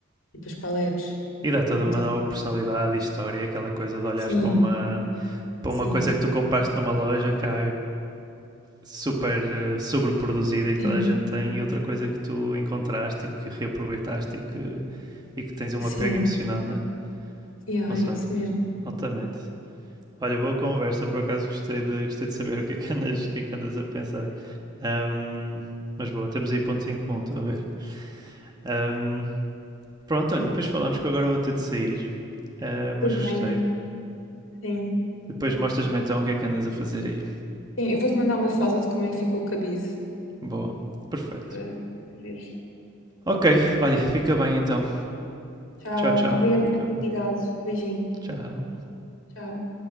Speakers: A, on the left; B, on the right.
A: E depois paletes,
B: E dá toda
A: como
B: uma
A: estava.
B: nova personalidade e história, aquela coisa de olhares
A: Sim,
B: para uma, para
A: sim,
B: uma coisa que tu compraste numa loja que cá super eh, sobreproduzida e que
A: sim.
B: toda a gente tem, e outra coisa que tu encontraste e que reaproveitaste e que, e que tens um
A: Sim,
B: apego emocional, né?
A: yeah,
B: Mas
A: é
B: olha,
A: isso mesmo.
B: altamente. Olha, boa conversa, por acaso gostei de, gostei de saber o que é que andas, o que é que andas a pensar. Ahm, mas boa, temos aí pontos em comum, estou a ver. Ahm, pronto, olha, depois falamos que eu agora vou ter de sair, ah, mas
A: Tudo
B: gostei.
A: bem, sim.
B: Depois mostras-me então o que é que andas a fazer aí.
A: Sim, eu vou-te mandar uma foto de como é que ficou o cabide.
B: Boa, perfeito.
A: Para para veres.
B: Ok, olha, fica bem então.
A: Tchau.
B: Tchau, tchau.
A: obrigado
B: Fica
A: por
B: bem.
A: ligado. Beijinho.
B: Tchau.
A: Tchau.